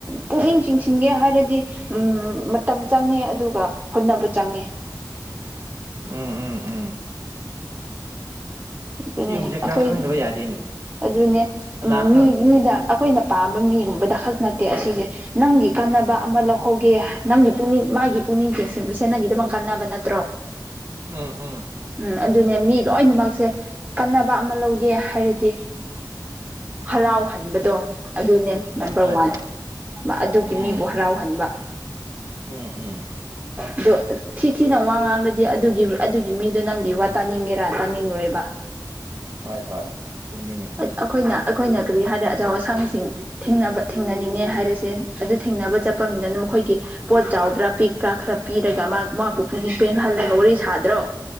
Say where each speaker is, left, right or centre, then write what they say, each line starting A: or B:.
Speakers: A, on the right (about 25°); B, on the right (about 55°).
A: ꯄꯨꯛꯅꯤꯡ ꯆꯤꯡꯁꯤꯟꯒꯦ ꯍꯥꯏꯔꯗꯤ ꯃꯇꯝ ꯆꯪꯉꯦ ꯑꯗꯨꯒꯥ ꯍꯣꯠꯅꯕ ꯆꯪꯉꯦ
B: ꯎꯝ ꯎꯝ ꯎꯝ
A: ꯑꯗꯨꯅꯦ
B: ꯁꯤꯒꯨꯝꯕ ꯁꯦ ꯈꯔ
A: ꯑꯩꯈꯣꯏꯗꯤ
B: ꯈꯪꯗꯕ ꯌꯥꯗꯦꯅꯦ
A: ꯑꯗꯨꯅꯦ
B: ꯀꯅꯥ
A: ꯎꯝ
B: ꯈꯪ
A: ꯃꯤ ꯃꯤꯗ ꯑꯩꯈꯣꯏꯅ ꯄꯥꯝꯕ ꯃꯤ ꯒꯨꯝꯕꯗ ꯈꯛ ꯅꯠꯇꯦ ꯑꯁꯤꯁꯦ ꯅꯪꯒꯤ ꯀꯥꯟꯅꯕ ꯑꯃ ꯂꯧꯍꯧꯒꯦ ꯅꯪꯒꯤ ꯃꯒꯤ ꯄꯨꯛꯅꯤꯡ ꯃꯥꯒꯤ ꯄꯨꯛꯅꯤꯡ ꯆꯤꯡꯁꯤꯟꯕꯁꯦꯅꯒꯤꯗꯃꯛ ꯀꯥꯟꯅꯕ ꯅꯠꯇ
B: ꯎꯝ ꯎꯝ
A: ꯎꯝ ꯑꯗꯨꯅꯦ ꯃꯤ ꯂꯣꯏꯅꯃꯛꯁꯦ ꯀꯟꯅꯕ ꯑꯃ ꯂꯧꯒꯦ ꯍꯥꯏꯔꯗꯤ ꯍꯔꯥꯎꯍꯟꯕꯗꯣ ꯑꯗꯨꯅꯦ ꯅꯝꯕꯔ
B: ꯍꯣꯏ
A: ꯋꯥꯟ
B: ꯍꯣꯏ
A: ꯑꯗꯨꯒꯤ
B: ꯎꯝ
A: ꯃꯤꯕꯨ ꯍꯔꯥꯎ ꯍꯟꯕ
B: ꯎꯝ ꯎꯝ
A: ꯑꯗꯣ ꯊꯤ ꯊꯤꯅ ꯋꯥ ꯉꯥꯡꯕꯗꯤ ꯑꯗꯨꯒꯤ ꯑꯗꯨꯒꯤ ꯃꯤꯗꯣ ꯅꯪꯒꯤ ꯋꯥ ꯇꯥꯅꯤꯡꯒꯦꯔꯥ ꯇꯥꯅꯤꯡ ꯔꯣꯏꯕ
B: ꯍꯣꯏ ꯍꯣꯏ ꯆꯨꯝꯃꯤꯅꯦ
A: ꯑꯩꯈꯣꯏꯅ ꯑꯩꯈꯣꯏꯅ ꯀꯔꯤ ꯍꯥꯏꯔꯗꯤ ꯑꯆꯥꯎ ꯑꯁꯥꯡ ꯁꯤꯡ ꯊꯦꯡꯅꯕ ꯊꯦꯡꯅ ꯅꯤꯡꯉꯦ ꯍꯥꯏꯔꯤꯁꯦ ꯑꯗꯨ ꯊꯦꯡꯅꯕ ꯆꯠꯄꯅꯤꯗꯅ ꯃꯈꯣꯏꯒꯤ ꯄꯣꯠ ꯆꯥꯎꯕ꯭ꯔꯥ ꯄꯤꯛꯄ꯭ꯔꯥ ꯈꯔ ꯄꯤꯔꯒ ꯃꯥ ꯃꯥꯕꯨ ꯄꯨꯅꯤꯡ ꯄꯦꯟꯍꯜ ꯂꯒ ꯋꯥꯔꯤ ꯁꯥꯗ꯭ꯔꯣ